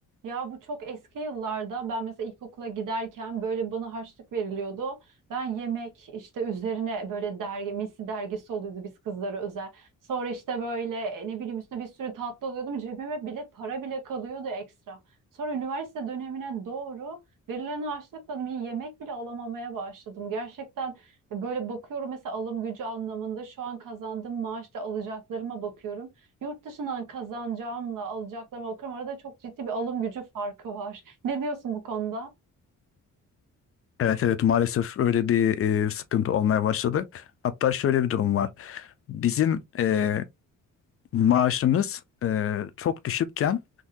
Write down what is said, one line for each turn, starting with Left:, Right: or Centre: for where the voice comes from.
Right: Ya bu çok eski yıllarda ben mesela ilkokula giderken böyle bana harçlık veriliyordu. Ben yemek işte üzerine böyle dergi, misli dergisi oluyordu biz kızlara özel. Sonra işte böyle e, ne bileyim üstüne bir sürü tatlı alıyordum. Cebime bile para bile kalıyordu ekstra. Sonra üniversite dönemine doğru verilen harçlıkla bir yemek bile alamamaya başladım. Gerçekten e, böyle bakıyorum mesela alım gücü anlamında şu an kazandığım maaşla alacaklarıma bakıyorum. Yurt dışından kazanacağımla alacaklarıma bakıyorum. Arada çok ciddi bir alım gücü farkı var. Ne diyorsun bu konuda?
Left: Evet evet maalesef öyle bir e, sıkıntı olmaya başladı. Hatta şöyle bir durum var. Bizim e, maaşımız e, çok düşükken